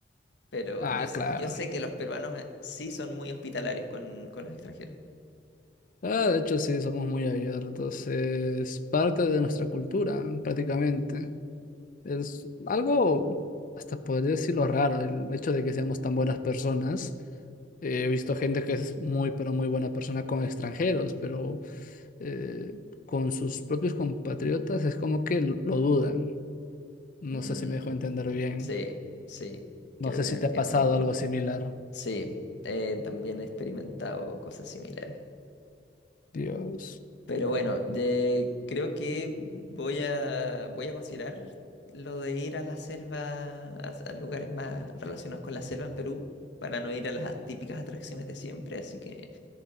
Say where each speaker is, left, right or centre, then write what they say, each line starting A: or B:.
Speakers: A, on the left (about 65°); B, on the left (about 45°).
A: Pero
B: Ah,
A: yo sé,
B: claro.
A: yo sé que los peruanos eh, sí son muy hospitalarios con, con los extranjeros.
B: Ah, de hecho sí, somos muy abiertos. Es parte de nuestra cultura, prácticamente. Es algo, hasta podría decirlo raro, el hecho de que seamos tan buenas personas. He visto gente que es muy, pero muy buena persona con extranjeros, pero eh, con sus propios compatriotas es como que l- lo dudan. No
A: Mm,
B: sé si me dejo entender bien.
A: sí, sí,
B: No
A: creo
B: sé
A: que
B: si
A: te entiendo
B: te ha pasado
A: muy bien.
B: algo similar.
A: Sí, eh, también he experimentado cosas similares.
B: Dios.
A: Pero bueno, de- creo que voy a, voy a considerar lo de ir a la selva, a, a lugares más relacionados con la selva en Perú, para no ir a las típicas atracciones de siempre. Así que